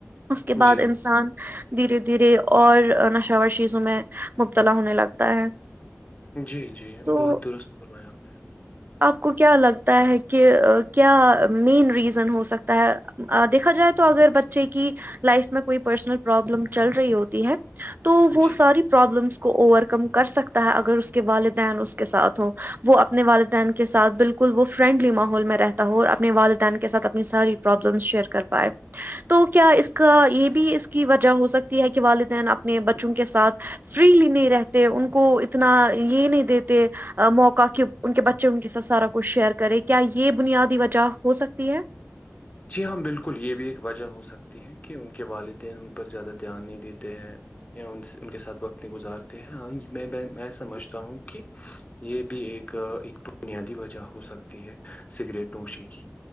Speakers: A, on the right; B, on the left.
A: اس کے بعد
B: جی
A: انسان دھیرے دھیرے اور نشاور شیزوں میں مبتلا ہونے لگتا ہے
B: جی جی
A: تو
B: بہت درست فرمایا آپ نے
A: آپ کو کیا لگتا ہے کہ کیا مین ریزن ہو سکتا ہے دیکھا جائے تو اگر بچے کی لائف میں کوئی پرسنل پرابلم چل رہی ہوتی ہے تو وہ
B: جی
A: ساری پرابلمس کو اوور کم کر سکتا ہے اگر اس کے والدین اس کے ساتھ ہو وہ اپنے والدین والدین کے ساتھ بالکل وہ فرینڈلی ماحول میں رہتا ہو اور اپنے والدین کے ساتھ اپنی ساری پرابلمس شیئر کر پائے تو کیا اس کا یہ بھی اس کی وجہ ہو سکتی ہے کہ والدین اپنے بچوں کے ساتھ فریلی نہیں رہتے ان کو اتنا یہ نہیں دیتے موقع کہ ان کے بچے ان کے ساتھ سارا کچھ شیئر کرے کیا یہ بنیادی وجہ ہو سکتی ہے
B: جی ہاں بالکل یہ بھی ایک وجہ ہو سکتی ہے کہ ان کے والدین ان پر زیادہ دھیان نہیں دیتے ہیں یا ان سے ان کے ساتھ وقت نہیں گزارتے ہیں ہاں میں میں سمجھتا ہوں کہ یہ بھی ایک ایک بنیادی وجہ ہو سکتی ہے سگریٹ نوشی کی